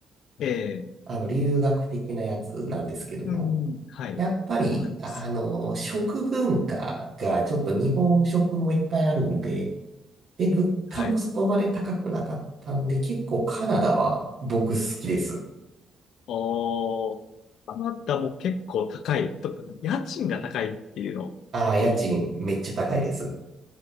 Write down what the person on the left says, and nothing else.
ええ。
うん。はい。
わかります。
はい。
おー。カナダも結構高い。と家賃が高いっていうのを聞き、